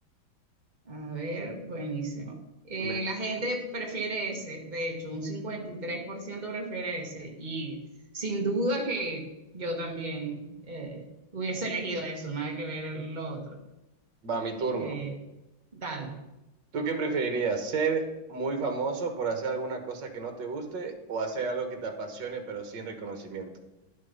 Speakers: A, on the right (about 25°); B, on the right (about 65°).
A: A ver, buenísimo. Eh,
B: Me-
A: la gente prefiere ese, de hecho, un 53% prefiere ese. Y sin duda que yo también eh, hubiese elegido eso, nada que ver lo otro.
B: Va, mi turno.
A: Eh, dale.
B: ¿Tú qué preferirías? ¿Ser muy famoso por hacer alguna cosa que no te guste o hacer algo que te apasione pero sin reconocimiento?